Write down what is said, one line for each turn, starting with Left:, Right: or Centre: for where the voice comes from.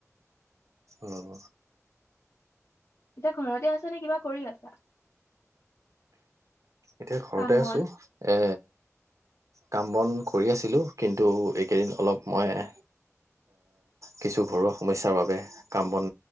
Right: আহ।
Left: এতিয়া ঘৰতে আছে নে কিবা কৰি? আছা?
Right: এতিয়া ঘৰতে
Left: কাম বন
Right: আছো এ কাম বন কৰি আছিলোঁ কিন্তু এইকেইদিন অলপ মই এ কিছু ঘৰুৱা সমস্যাৰ বাবে কাম বন